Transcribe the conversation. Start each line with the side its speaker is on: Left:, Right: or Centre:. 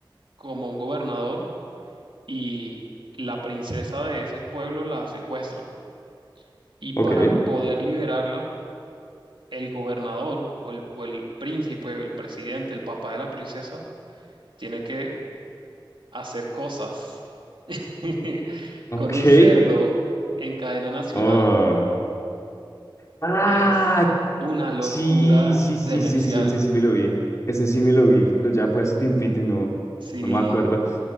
Right: como un gobernador y la princesa de ese pueblo la secuestran. Y para
Left: Ok.
Right: poder liberarla, el gobernador o el, o el príncipe, el presidente, el papá de la princesa, tiene que hacer cosas <laughs>
Left: Ok.
Right: con un cerdo en cadena nacional.
Left: Oh. Ah,
Right: Es una locura
Left: sí, sí,
Right: demencial.
Left: sí, sí, sí, ese sí me lo vi. Ese sí me lo vi, pero ya fue hace tiempito y no,
Right: Sí,
Left: no me acuerdo.